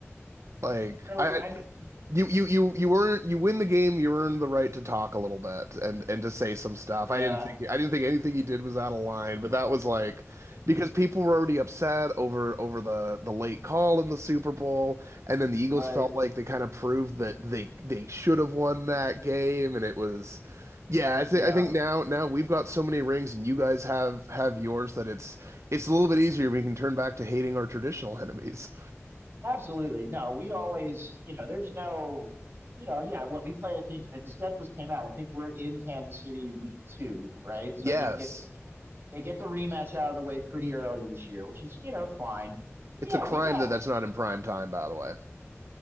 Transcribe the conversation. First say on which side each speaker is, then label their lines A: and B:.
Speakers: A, on the right; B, on the right.
A: Like
B: So
A: I
B: I mean,
A: you you you you earn you win the game. You earn the right to talk a little bit and and to say some stuff.
B: Yeah,
A: I didn't think I didn't think anything he did was out of line, but that was like because people were already upset over over the the late call in the Super Bowl, and then the Eagles
B: right.
A: felt like they kind of proved that they they should have won that game, and it was yeah. I think
B: Yeah,
A: I think now now we've got so many rings, and you guys have have yours that it's it's a little bit easier. We can turn back to hating our traditional enemies.
B: absolutely. No, we always, you know, there's no, you know, yeah, what we play, I think, and the schedules came out. I think we're in Kansas City week two, right? So
A: Yes.
B: I think it gets They get the rematch out of the way pretty early this year, which is you know fine.
A: It's
B: Yeah,
A: a crime
B: we got
A: that that's not in prime time, by the way.